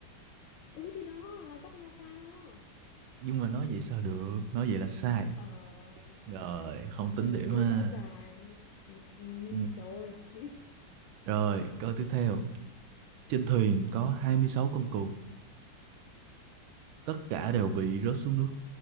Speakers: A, on the left; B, on the right.
A: ừ thì đó là dắt nhau qua đó
B: Nhưng mà nói
A: ừ
B: vậy sao được, nói vậy là sai.
A: ờ
B: Rồi, không tính
A: Ờ,
B: điểm
A: chưa
B: mà.
A: rõ ràng ừ, ừ,
B: Ừ.
A: rồi <laughs>
B: Rồi, câu tiếp theo. Trên thuyền có 26 con cừu tất cả đều bị rớt xuống nước